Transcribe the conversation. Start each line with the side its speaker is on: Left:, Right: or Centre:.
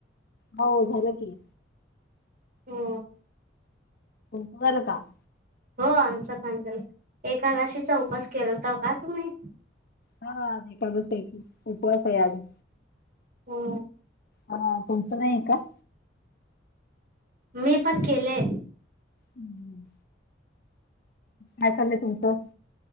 Left: हो झालं की.
Right: हो.
Left: बरं का.
Right: हो आमचा पण झालं एखकादशीचा उपास केलाता का तुम्ही?
Left: हा आज एकादश आहे की उपवास आहेे आज.
Right: हो.
Left: हा तुमचा नाही आहे का?
Right: मी पण केले.
Left: हम्म काय चाललंय तुमचं?